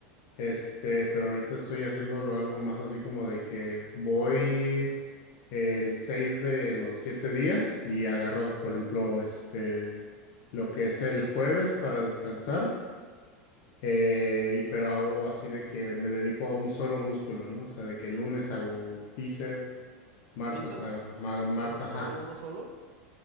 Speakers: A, on the left (about 60°); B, on the right (about 75°).
A: Este,
B: Mm.
A: pero ahorita estoy haciéndolo algo más así como de que voy el 6 de los 7 días y agarro, por ejemplo, este, lo que es el jueves para descansar, eh, y, pero hago así de que me dedico a un solo músculo, ¿no? O sea, de que el lunes hago bíceps, martes
B: ¿Bíceps
A: hago, ajá, ma- martes,
B: so- solo
A: ajá,
B: uno solo?